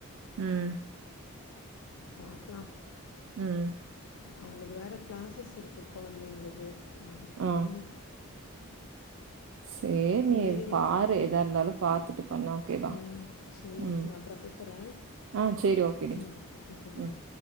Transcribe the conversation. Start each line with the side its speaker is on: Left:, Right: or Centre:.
Right: உம்
Left: பாக்லா
Right: உம்
Left: அவுங்களுக்கு வேற கிளாஸஸ் இருக்கு கொழந்தைங்களுது அது போணு
Right: ஆ சேரி
Left: சரிடி
Right: நீ பாரு எதா இருந்தாலு பாத்துட்டு பண்ணு ஓகேவா
Left: உம் சேரி
Right: ம்
Left: நா அப்றோ கூப்புரே
Right: ஆ சேரி ஓகேடி
Left: உம் ஓகே பாய்
Right: ம்